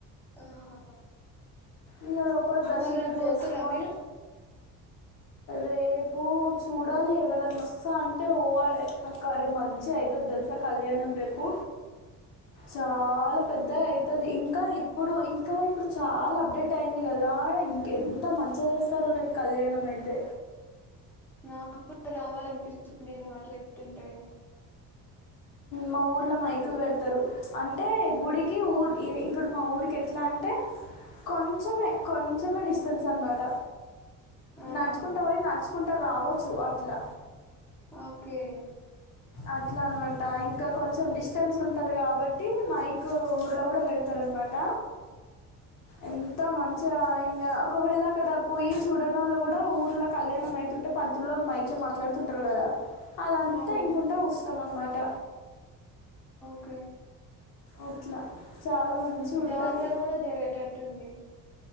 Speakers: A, in the centre; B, on the left (about 65°).
A: ఆహా
B: ఇంగ లోపల దర్శనం
A: మళ్ళీ రేపు
B: చేసుకొని
A: పోతుర్రా మీరు <inaudible>
B: రేపు చూడాలి ఎవరన్నా వస్తా అంటే పోవాలి ఆక్క రే మంచి అవుతుది తెలుసా కళ్యాణం రేపు చాలా పెద్ద అయి ది ఇంకా ఇప్పుడు ఇంకా ఇప్పుడు చాలా అప్డేట్ అయింది కదా ఇంకెంత మంచిగా చేస్తారు కళ్యాణం అయితే
A: నా కూడా రావాలనిపిస్తుంది నువ్వు అట్లా చెప్తుంటే
B: మా ఊర్లో మైకులు పెడతారు అంటే గుడికి ఊరు ఇప్పుడు మా ఊరికి ఎట్లా ఎలా అంటే కొంచెమే కొంచెమే డిస్టెన్స్ అన్న మాట
A: ఆహా
B: నడుచుకుంటా పోయి నడుచుకుంటూ రావచ్చు అట్లా
A: ఓకే
B: అట్లా అన్నమాట ఇంకా కొంచెం డిస్టెన్స్ ఉంటాది కాబట్టి మైక్ ఊర్లో కూడా పెడతారూ మట
A: <inaudible>
B: ఎంత మంచిగా ఇంకా ఒకవేళ అక్కడ పోయి చూడని వాళ్ళు కూడా ఊర్లో కళ్యాణం అయితుంది అంటే పంతులోలు మైక్ లో మాట్లాడుతుంటారు కదా అదంతా
A: అవును
B: ఇంకుంటా ఉస్తం అన్నమాట
A: ఆమ్
B: అట్లా చాలా మంచిగా
A: జాతర
B: ఉంటుంది
A: కూడా జరిగేటట్టుంది